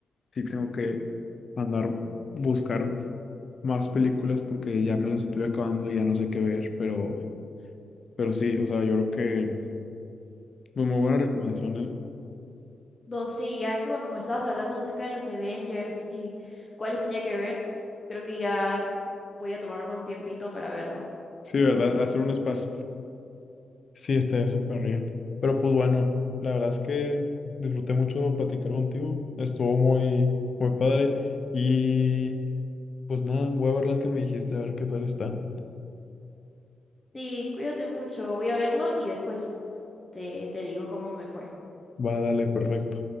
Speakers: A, on the left; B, on the left.
A: sí tengo que andar buscar más películas porque ya me las estoy acabando y ya no sé qué ver, pero, pero sí, o sea, yo creo que pues, muy buena recomendación, ¿eh?
B: Dos, sí, ya que cuando me estabas hablando acerca de los Avengers y cuáles tenía que ver, creo que ya voy a tomarme un tiempito para verlo.
A: Sí, ¿verdad? Hacer un espacio. Sí, estaría súper bien. Pero pues bueno, la verdad es que disfruté mucho platicar contigo. Estuvo muy, muy padre. Y pues nada, voy a ver las que me dijiste, a ver qué tal están.
B: Sí, cuídate mucho, voy a verlo y después te, te digo cómo me fue.
A: Va, dale, perfecto.